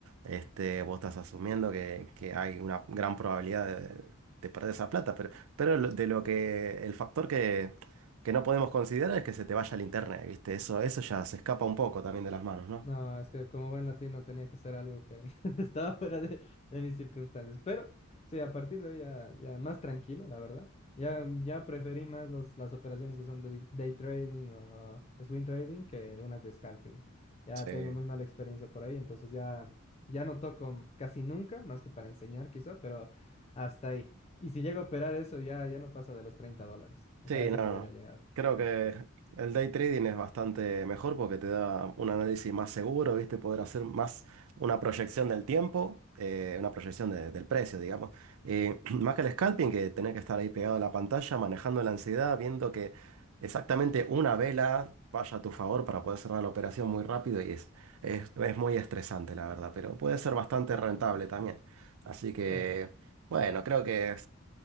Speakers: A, on the right (about 80°); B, on the left (about 30°).
A: este, vos estás asumiendo que, que hay una gran probabilidad de, de perder esa plata, pero, pero lo- de lo que el factor que, que no podemos considerar es que se te vaya el internet, ¿viste? Eso, eso ya se escapa un poco también de las manos, ¿no?
B: No, es que como buen latino tenía que hacer algo que <laughs> estaba fuera de, de mis circunstancias. Pero sí, a partir de ahí ya, ya más tranquilo, la verdad. Ya, ya preferí más los, las operaciones que son de di- day trading o swing trading que unas de scalping. Ya
A: Sí.
B: tengo muy mala experiencia por ahí, entonces ya, ya no toco casi nunca, más que para enseñar quizá, pero hasta ahí. Y si llego a operar eso, ya, ya no pasa de los 30 dólares. O
A: Sí,
B: sea, a ese
A: no, no.
B: nivel
A: no.
B: ha llegado.
A: Creo que el day trading es bastante mejor porque te da un análisis más seguro, ¿viste? Poder hacer más una proyección del tiempo, eh, una proyección de- del precio, digamos. Y <clears throat> más que el scalping, que tenés que estar ahí pegado a la pantalla, manejando la ansiedad, viendo que exactamente una vela vaya a tu favor para poder cerrar la operación muy rápido y es, es, es muy estresante, la verdad, pero puede ser bastante rentable también. Así que,
B: Sí.
A: bueno, creo que...